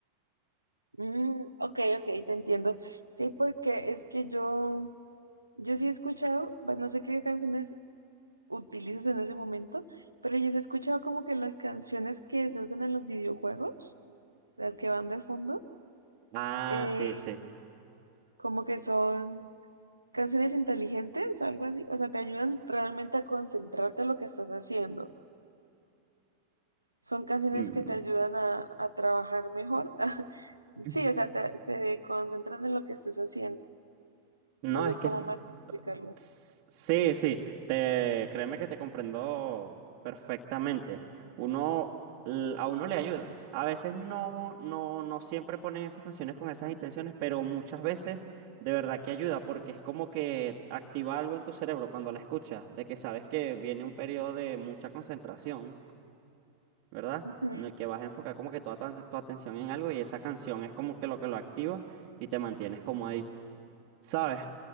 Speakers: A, on the right (about 90°); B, on the right (about 40°).
A: Mm, ok, ok, te entiendo. Sí, porque es que yo, yo sí he escuchado, pues no sé qué canciones utilizas en ese momento, pero yo sí he escuchado como que las canciones que se usan en los videojuegos. las que van de fondo,
B: Ah,
A: eh,
B: sí, sí.
A: como que son canciones inteligentes, algo así, o sea, te ayudan realmente a concentrarte en lo que estás haciendo. Son canciones
B: Mm.
A: que te ayudan a, a trabajar mejor. <laughs>
B: mm.
A: Sí, o sea, te, te concentran en lo que estás haciendo.
B: No,
A: No sé
B: es
A: cómo
B: que es
A: más explicarlo.
B: Sí, sí, te, créeme que te comprendo perfectamente. Uno, l- a uno le ayuda. A veces no, no, no siempre ponen esas canciones con esas intenciones, pero muchas veces de verdad que ayuda, porque es como que activa algo en tu cerebro cuando la escuchas, de que sabes que viene un periodo de mucha concentración, ¿verdad?
A: Ujú.
B: En el que vas a enfocar como que toda tu tu atención en algo y esa canción es como que lo que lo activa y te mantienes como ahí, ¿sabes?